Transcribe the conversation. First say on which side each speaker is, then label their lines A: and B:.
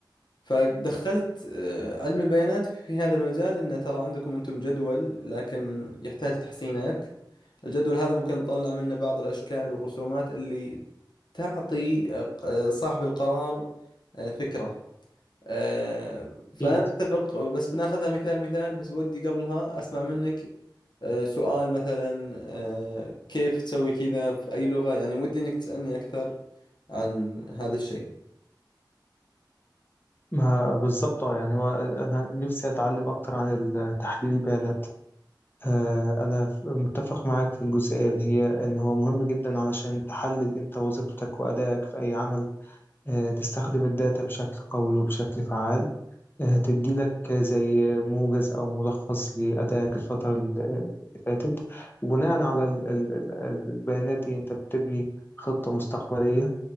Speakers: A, on the left; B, on the left.
A: فدخلت آه، علم البيانات في هذا المجال انه ترى عندكم انتم جدول لكن يحتاج تحسينات الجدول هذا ممكن نطلع منه بعض الاشكال والرسومات اللي تعطي آه، آه، صاحب القرار آه، فكرة آه، فأنا
B: أكيد
A: أتفق بس بناخذها مثال مثال بس ودي قبلها أسمع منك آه، سؤال مثلا آه، كيف تسوي كذا في أي لغة يعني ودي إنك تسألني أكثر عن هذا الشيء
B: ما بالظبط آه، يعني هو أنا نفسي أتعلم أكتر عن ال- تحليل البيانات آه، أنا ف- متفق معاك في الجزئية اللي هي إن هو مهم جدا علشان تحلل أنت وظيفتك وأدائك في أي عمل آه، تستخدم الداتا بشكل قوي وبشكل فعال هتدي لك زي موجز أو ملخص لأدائك الفترة ال- اللي فاتت وبناء على ال- ال- ال- البيانات دي أنت بتبني خطة مستقبلية